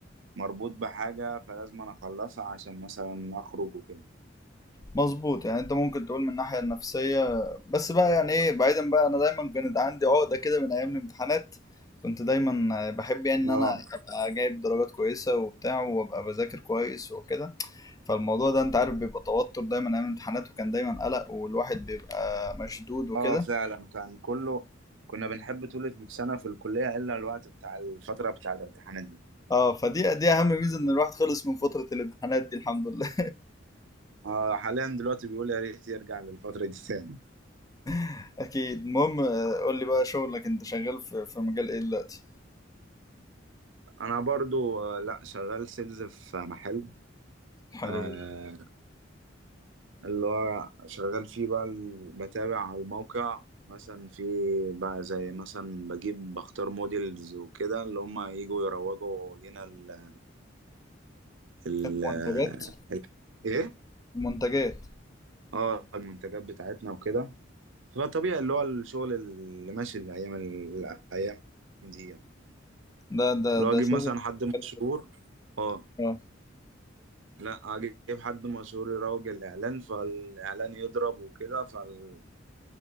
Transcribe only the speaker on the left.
مظبوط يعني انت ممكن تقول من الناحية النفسية بس بقى يعني ايه بعيدا بقى انا دايما كانت عندي عقدة كده من ايام الامتحانات كنت دايما بحب يعني ان
انا ابقى جايب درجات كويسة وبتاع وابقى بذاكر كويس وكده فالموضوع ده انت عارف بيبقى توتر دايما ايام الامتحانات وكان دايما قلق والواحد بيبقى مشدود وكده
اه فدي دي اهم ميزة ان الواحد خلص من فترة الامتحانات دي الحمد لله
<laughs> اكيد المهم آه، قول لي بقى شغلك انت شغال في في مجال ايه دلوقتي
حلو
جدا
المنتجات
المنتجات
ده ده
ده
شغل
حلو.
اه